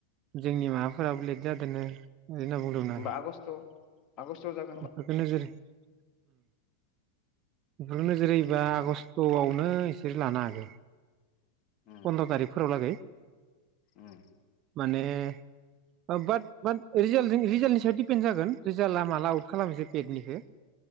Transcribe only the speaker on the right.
जोंनि माबाफोराबो लेट जादोंनो बिदि होनना बुंदोंमोन
आरो
<unintelligible>
<unintelligible> आगस्टआवनो इसोर लानो हागो
फन्द्र' थारिखफोराव लागै
माने माबा रिजालनि सायाव दिपेन जागोन रिजाला माला खालामसै पेडनिखौ